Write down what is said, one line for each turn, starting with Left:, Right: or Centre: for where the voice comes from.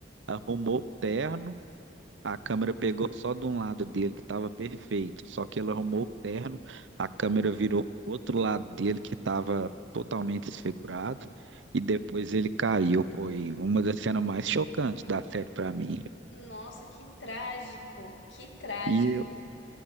Right: arrumou o terno. A câmera pegou só de um lado dele, que estava perfeito. Só que ele arrumou o terno, a câmera virou pro outro lado dele, que estava totalmente desfigurado. E depois ele caiu. Foi uma das cenas mais chocantes da série para mim.
Left: Nossa, que trágico, que trágico.
Right: E